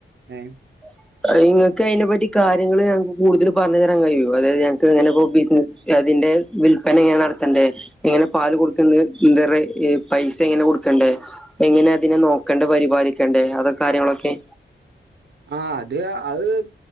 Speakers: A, on the right; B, in the centre.
A: ഏഹ്.
B: <inaudible> അയ്ന് ഇങ്ങക്ക് അയ്നെപ്പറ്റി കാര്യങ്ങള് ഞങ്ങക്ക് കൂട്തല് പറഞ്ഞ് തെരാൻ കയ്യോ. അതായത് ഞങ്ങക്ക് എങ്ങനെ പോവും ബിസിനസ് അതിന്റെ വിൽപ്പന എങ്ങനെ നടത്തണ്ടെ. എങ്ങനെ പാല് കൊട്ക്ക്ന്ന് എന്താ പൈസ എങ്ങനെ കൊട്ക്കണ്ടെ. എങ്ങനെ അതിനെ നോക്കണ്ടെ പരിപാലിക്കെണ്ടേ. അതൊക്കെ കാര്യങ്ങളൊക്കെ
A: ആ അത് ആ അഹ്